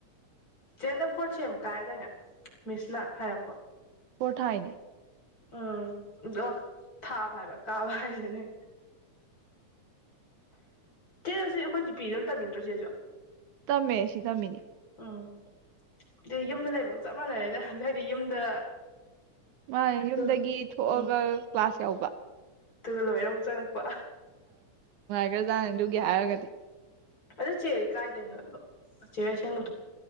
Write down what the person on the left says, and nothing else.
ꯆꯦ ꯍꯟꯗꯛ ꯐꯣꯔ꯭ꯠ ꯁꯦꯝ ꯀꯥꯏ ꯌꯦꯗꯥꯢꯅꯦ ꯃꯤꯁꯅ ꯍꯥꯏꯔꯛꯄ
ꯎꯝ ꯑꯗꯣ ꯊꯥꯕ ꯍꯥꯏꯕ ꯀꯥꯕ ꯍꯥꯏꯗꯨꯅꯦ ꯆꯦ ꯗꯨ ꯁꯤ ꯑꯩꯈꯣꯏ ꯖꯤ ꯄꯤ ꯗ ꯑꯗꯨꯝ ꯇꯝꯃꯤꯟꯅꯇ꯭ꯔꯣ ꯆꯦꯁꯨ
ꯎꯝ ꯑꯗꯨ ꯌꯨꯝꯗ ꯂꯩꯕꯒ ꯆꯞ ꯃꯥꯟꯅꯔꯦꯗ ꯑꯗꯨ ꯍꯥꯏꯗꯤ ꯌꯨꯝꯗ
ꯎꯝ
ꯎꯝ
ꯑꯗꯨꯒ ꯂꯣꯏꯔ ꯑꯃꯨꯛ ꯆꯪꯉꯛꯄ
ꯑꯗꯨ ꯆꯦꯗꯣ ꯀꯥꯏꯗꯒꯤꯅꯣ ꯆꯦꯑꯔ ꯑꯁꯦꯡꯕꯗꯣ